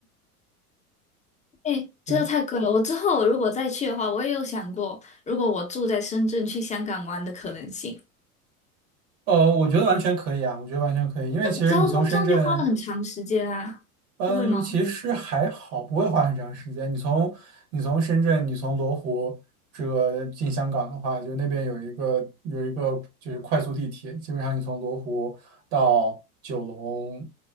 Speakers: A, on the left (about 15°); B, on the right (about 50°).
A: 哎，这个太贵了。
B: <laughs> 对，
A: 我之后如果再去的话，我也有想过，如果我住在深圳去香港玩的可能性。
B: 呃，我觉得完全可以啊，我觉得完全可以，因为其实你从深圳
A: 交通上就花了很长时间啊，
B: 嗯，
A: 不会吗？
B: 其实还好，不会花很长时间。你从你从深圳，你从罗湖这个进香港的话，就那边有一个有一个就是快速地铁，基本上你从罗湖到九龙